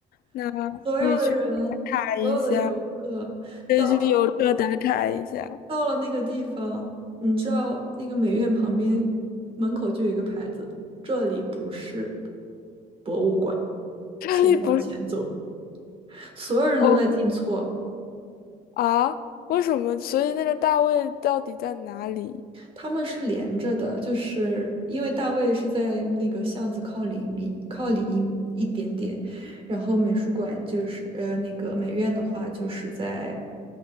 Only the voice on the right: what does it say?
所有的人，
所有的游客。
到。到了那个地方，你知道那个美院旁边门口就有一个牌子，这里不是博物馆，
请往前走。所有人都在进错，
他们是连着的，就是因为大卫是在那个巷子靠里里靠里一一点点，然后美术馆就是呃那个美院的话就是在